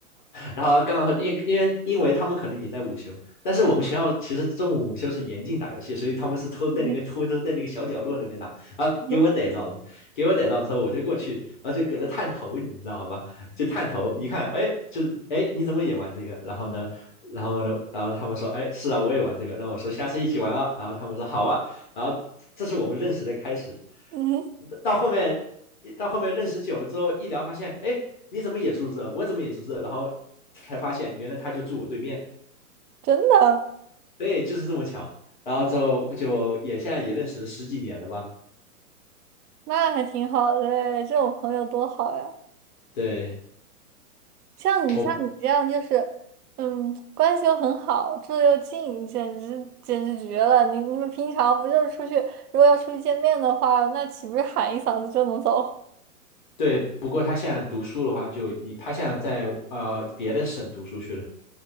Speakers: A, on the left (about 35°); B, on the right (about 85°).
A: 然后刚好因因为因为他们可能也在午休，但是我们学校其实中午午休是严禁打游戏，所以他们是偷在那个偷偷在那个小角落那边打，
B: 嗯哼，
A: 然后给我逮到了，
B: 嗯哼，
A: 给我逮到之后我就过去，然后就给他探头，你知道吧？就探头一看，哎，就是哎你怎么也玩这个？然后呢，然后呢，然后他们说，哎是啊我也玩这个，那我说下次一起玩啊，然后他们说好啊，然后这是我们认识的开始，
B: 嗯哼，
A: 到后面。到后面认识久了之后，一聊发现，哎，你怎么也住这？我怎么也住这？然后才发现原来他就住我对面，
B: 真的，
A: 对，就是这么巧。然后之后就也现在也认识了十几年了吧？
B: 那还挺好的诶，这种朋友多好呀。
A: 对，
B: 像你像你这样就是，
A: 我
B: 嗯，关系又很好，住的又近，简直简直绝了！你你们平常不就是出去，如果要出去见面的话，那岂不是喊一嗓子就能走？
A: 对，不过他现在读书的话就，以他现在在呃别的省读书去了，